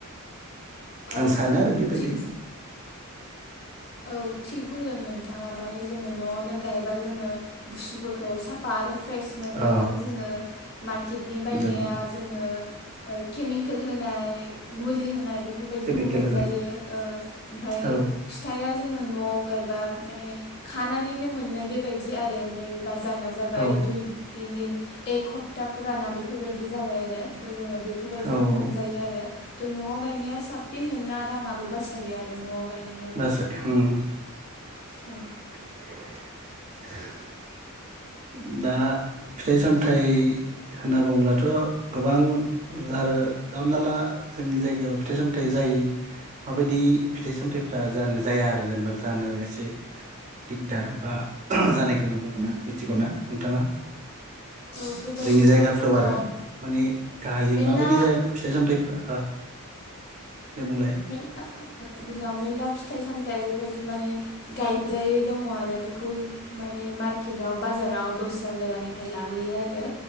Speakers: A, on the left (about 45°); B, on the right (about 35°).
A: औ
B: आं सानो
A: औ
B: आरो बेबायदि
A: थिग औ थिग बुंदों नोंथाङा माने जोङो न'आवनो गायबा जोङो बुस्थुफोरखौ साफा आरो फ्रेश मोनजागोन
B: अ
A: जोङो मार्केटनि बायनाया
B: जागोन
A: जोङो केमिकेल होनाय मुलि होनाय बेफोरबायदिखौ
B: केमिकेल
A: मोनजायो
B: होन
A: ओ ओमफ्राय
B: औ
A: जोङो न'आव गायबा माने खानानैनो मोननाय बेबायदि आरो ओमफ्राय बाजारा जाबाय
B: औ
A: दुइ दिन दिन एक हप्ता फुराना बेफोरबायदि जाबाय आरो जोङो बेफोरबायदिखौ
B: औ
A: मोनजायो आरो थ' न'आव गायनाया साबसिन नोंना राङाबो बासायो आरो नआव गायनाय
B: <unintelligible>
A: औ
B: <unintelligible> दा फिथाइ सामथाइ होनना बुङोबाथ गोबां आरो दा हमनाला जोंनि जायगायाव फिथाइ सामथाइ जायो माबायदि फिथाइ सामथाइफ्रा जानो जाया आरो जेनेबा जानो एसे दिगदार बा जानाखि नुनो मोनो मिथिगौ ना नोंथाङा?
A: बेबायदिथ'
B: जोंनि जायगाफ्राव
A: जोंनाव
B: आरो माने गाहायै
A: मेरला
B: माबायदि जायगा फिथाइ सामथाय फोरा दे बुंलाय।
A: मेरला जोंनाव मेलला फिथाइ सामथाइ बेबायदि माने गायजायै दङ आरो बेखौ माने मार्केटआव बाजाराव दस्रा जायगानिफ्राय लाबोयो आरो